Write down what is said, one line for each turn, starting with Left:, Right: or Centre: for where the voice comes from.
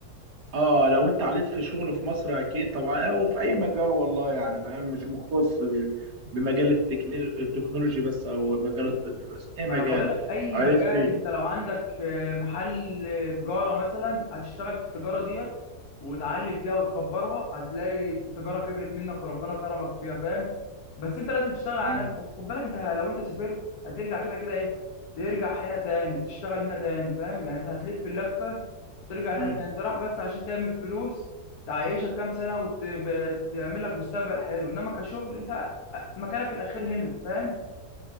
Right: اه لو انت عليت في شغل في مصر اكيد طبعا او في اي مجال والله يعني فاهم مش مختص بال- بمجال التكنيل- التكنولوجي بس او مجال الطب بس اي
Left: ما
Right: مجال
Left: انا بقول لك اي
Right: عليت
Left: مجال
Right: فيه
Left: انت لو عندك آه، محل آه، تجاره مثلا هتشتغل في التجاره ديت وتعلي فيها وتكبرها هتلاقي التجاره كبرت منك وربنا كرمك فيها فاهم بس انت لازم تشتغل على
Right: مم،
Left: نفسك أصل خد بالك انت لو انت سافرت هترجع كده كده ايه ترجع هنا تاني تشتغل هنا تاني فاهم يعني انت هتلف اللفه ترجع هنا
Right: مم.
Left: تاني انت رايح بس عشان تعمل فلوس تعيشك كام سنه وتعمل لك مستقبل حلو انما كشغل انت مكانك الاخير هنا فاهم